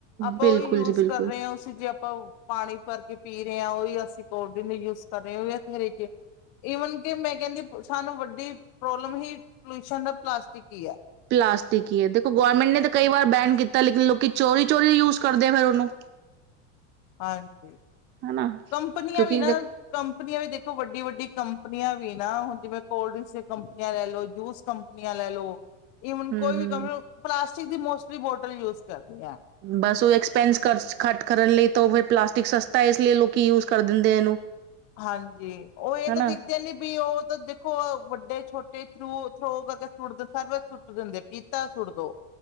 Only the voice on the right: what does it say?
ਬਿਲਕੁਲ
ਜੀ ਬਿਲਕੁਲ
ਪਲਾਸਟਿਕ ਹੈ ਦੇਖੋ ਗੌਰਮੈਂਟ ਨੇ ਕਈ ਵਾਰ ਬੈਨ ਕੀਤਾ ਲੇਕਿਨ ਲੋਕੀ ਚੋਰੀ ਚੋਰੀ ਯੂਜ ਕਰਦੇ ਫਿਰ ਉਹਨੂੰ।
ਹਨਾ
ਕਿਉਂਕਿ
ਹਮ
ਹਮ
ਬਸ ਉਹ ਐਕਸਪੈਂਸ ਘੱਟ ਕਰਨ ਲਈ ਤਾਂ ਉਹ ਫਿਰ। ਪਲਾਸਟਿਕ ਸਸਤਾ ਇਸ ਲਈ ਲੋਕੀਂ ਯੂਜ ਕਰ ਦਿੰਦੇ ਇਹਨੂੰ।
ਹਨਾ